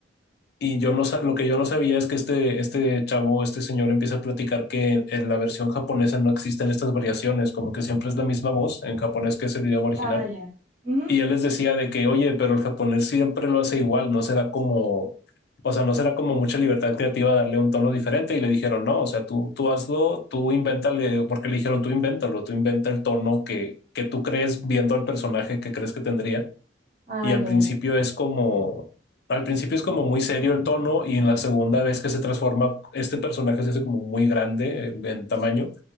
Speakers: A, on the left (about 60°); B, on the right (about 40°).
A: Y yo no, sa- lo que yo no sabía es que este, este chavo, este señor empieza a platicar que en la versión japonesa no existen estas variaciones, como que siempre es la misma voz en japonés que es el idioma original
B: Ah, ya. Ujú.
A: y él les decía de que, oye, pero el japonés siempre lo hace igual, no será como, o sea, no será como mucha libertad creativa darle un tono diferente. Y le dijeron, no, o sea, tú, tú hazlo, tú invéntale, porque le dijeron, tú invéntalo, tú inventa el tono que, que tú crees viendo al personaje que crees que tendría.
B: Ah,
A: Y al
B: ya,
A: principio
B: ya.
A: es como, al principio es como muy serio el tono y en la segunda vez que se transforma, este personaje se hace como muy grande en en tamaño